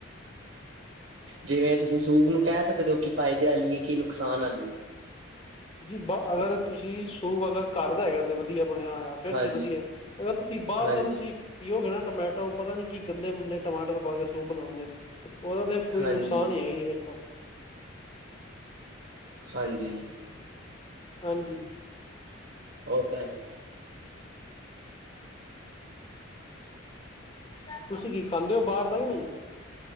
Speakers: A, on the right; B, on the left.
A: ਜਿਵੇਂ ਤੁਸੀ ਸੂਪ ਨੂੰ ਕਹਿ ਸਕਦੇ ਓ ਕਿ ਫਾਇਦੇ ਵਾਲੀ ਏ ਕਿ ਨੁਕਸਾਨ ਆਲੀ ਏ।
B: ਜੀ ਬ ਅਗਰ ਤੁਸੀ ਸੂਪ ਅਗਰ ਘਰਦਾ ਹੈਗਾ ਤੇ ਵਧੀਆ ਬਣਿਆ ਹੋਇਆ। ਫੇਰ
A: ਹਾਂਜੀ
B: ਤੇ ਵਧੀਐ। ਅਗਰ ਤੁਸੀ ਬਾਰ
A: ਹਾਂਜੀ
B: ਦਾ ਤੁਸੀ ਪੀਓਗੇ ਨਾ ਟਮੈਟੋ ਪਤਾ ਨੀ ਕੀ ਗੰਦੇ ਮੁੰਦੇ ਟਮਾਟਰ ਪਾ ਕੇ ਸੂਪ ਬਣਾਦੇਂ ਨੇ। ਔਦਾ ਤੇ ਕੋਈ
A: ਹਾਂਜੀ
B: ਨੁਕਸਾਨ ਈ ਹੈਗਾ ਜੀ ਫੇ ਤਾਂ।
A: ਹਾਂਜੀ।
B: ਹਾਂਜੀ।
A: ਓਤਾ ਹੈ।
B: ਤੁਸੀ ਕੀ ਖਾਂਦੇ ਓ ਬਾਰ ਦਾ ਯਾ ਨਈ?